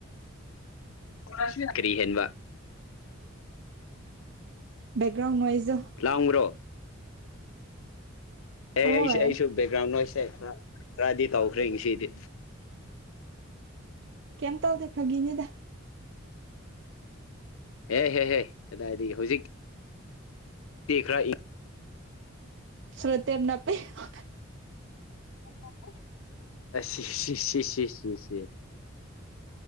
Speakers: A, on the left; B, on the right.
A: <unintelligible> ꯀꯔꯤ ꯍꯦꯟꯕ
B: ꯕꯦꯛꯒ꯭ꯔꯥꯎꯟ ꯅꯣꯏꯖꯣ
A: ꯂꯥꯡꯕ꯭ꯔꯣ ꯑꯦ
B: ꯍꯣꯏ
A: ꯑꯩꯁꯦ ꯑꯩꯁꯨ ꯕꯦꯛꯒ꯭ꯔꯥꯎꯟ ꯅꯣꯏꯁꯦ ꯈꯔ ꯈꯔꯗꯤ ꯇꯧꯈ꯭ꯔꯦ ꯉꯁꯤꯗꯤ
B: ꯀꯩꯝ ꯇꯧꯗꯦ ꯐꯥꯒꯤꯅꯤꯗ
A: ꯑꯦ ꯍꯦꯍꯦ ꯀꯗꯥꯏꯗꯒꯤ ꯍꯧꯖꯤꯛ ꯇꯤ ꯈꯔ <unintelligible>
B: ꯁꯣꯂꯨꯇꯦꯞ ꯅꯞꯄꯤ <unintelligible>
A: <unintelligible> ꯑꯁ ꯁꯤ ꯁꯤ ꯁꯤ ꯁꯤ ꯁꯤ ꯁꯤ